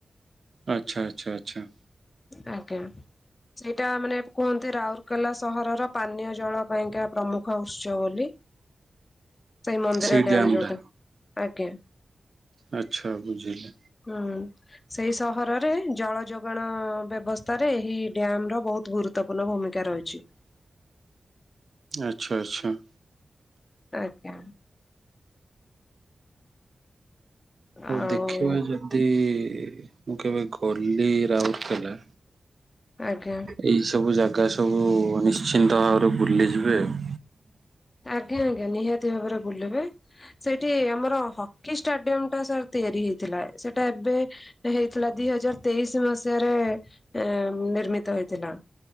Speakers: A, on the right; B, on the left.
A: ଆଚ୍ଛା ଆଚ୍ଛା ଆଚ୍ଛା।
B: ଆଜ୍ଞା ସେଇଟା ମାନେ କୁହନ୍ତି ରାଉରକେଲା ସହରର ପାନୀୟ ଜଳ ପାଇଁକା ପ୍ରମୁଖ ଉତ୍ସ ବୋଲି? ସାଇ ମନ୍ଦିର
A: ସେଇ
B: ଡ୍ୟାମ୍
A: ଡ୍ୟାମ
B: ଯୋଉଟା
A: ଟା।
B: ଆଜ୍ଞା।
A: ଆଚ୍ଛା ବୁଝିଲି।
B: ହୁଁ ସେଇ ସହରରେ ଜଳ ଯୋଗାନ୍ ଅ-ଅ-ଅ ବ୍ୟବସ୍ଥାରେ ଏହି ଡ୍ୟାମ୍ ର ବହୁତ ଗୁରୁତ୍ୱପୂର୍ଣ୍ଣ ଭୂମିକା ରହିଛି।
A: ଆଚ୍ଛା ଆଚ୍ଛା।
B: ଆଜ୍ଞା।
A: ହଉ
B: ଆଉ
A: ଦେଖିବା ଯଦି-ଇ-ଇ-ଇ ମୁଁ କେବେ ଗଲି ରାଉରକେଲା
B: ଆଜ୍ଞା।
A: ଏଇ ସବୁ ଜାଗା ସବୁ-ଉ-ଉ-ଉ ନିଶ୍ଚିନ୍ତ ଭାବରେ ବୁଲିଯିବେ ଆଉ।
B: ଆଜ୍ଞା ଆଜ୍ଞା ନିହାତି ଭାବରେ ବୁଲିବେ। ସେଇଠି ଆମର ହକି ଷ୍ଟାଡିୟମ ଟା ସାର୍ ତିଆରି ହେଇଥିଲା ସେଟା ଏବେ ହେଇଥିଲା ଦି ହଜାର ତେଇଶି ମସିହାରେ-ଏ-ଏ-ଏ ଏ-ଏ ନିର୍ମିତ ହେଇଥିଲା।